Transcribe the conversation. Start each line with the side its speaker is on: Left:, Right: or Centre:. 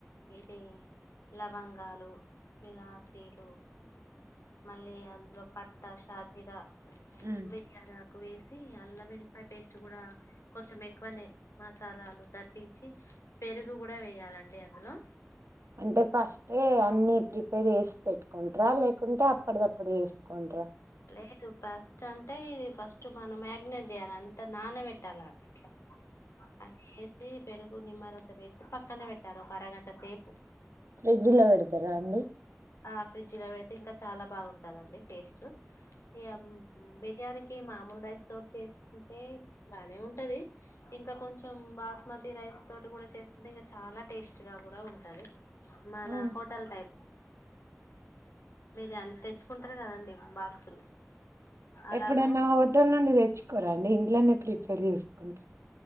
Left: ఇది లవంగాలు ఇలాచీలు మళ్ళీ అందులో పట్టా షాజీరా
Right: ఉమ్
Left: బిర్యానీ ఆకు ఎక్కువ వేసి అల్లఎల్లిపాయ పేస్ట్ కూడా కొంచెం ఎక్కువనే మసాలాలు పట్టించి పెరుగు కూడా వెేయాలండి అందులో
Right: అంటే ఫస్ట్ అన్ని ప్రిపేర్ చేసి పెట్టుకుంటార లేకుంటే అప్పటిదప్పుడు చేసుకుంటారా కొంట
Left: లేదు ఫస్ట్ అంటే ఇది ఫస్ట్ మనం మ్యాగ్నేట్ చేయాలి అంత నానబట్టాలి అట్లా అన్ని వేసి పెరుగు నిమ్మరసం వేసి పక్కన పెట్టాలి ఒక అరగంట సేపు
Right: ఫ్రిడ్జ్ లో పెడతారా అండి
Left: ఆ ఫ్రిడ్జ్ లో పెడితే ఇంకా చాలా బాగుంటదండి టేస్ట్ ఇగ బిర్యానికి మామూలు రైస్ తోటి చేస్తుంటే బానే ఉంటది ఇంకా కొంచెం బాస్మతి రైస్ తోటి కూడా చేసుకుంటే ఇంకా చాలా టేస్ట్ గా కూడా ఉంటది మన
Right: ఉమ్
Left: హోటల్ టైప్ మీరు తెచ్చుకుంటారు కదండి బాక్సులు అలా
Right: ఎప్పుడన్నా
Left: కూడా
Right: హోటల్ నుండి తెచ్చుకోరా అండి ఇంట్లోనే ప్రిపేర్ చేసుకుంటార